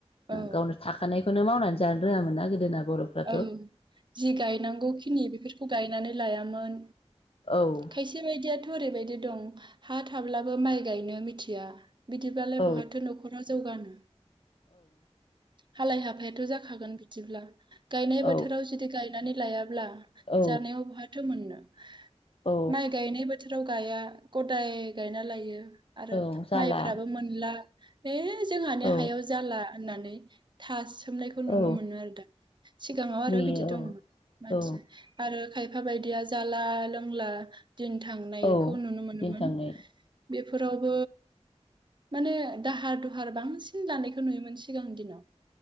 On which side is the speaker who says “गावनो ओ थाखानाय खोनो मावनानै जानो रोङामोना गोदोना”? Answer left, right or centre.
Left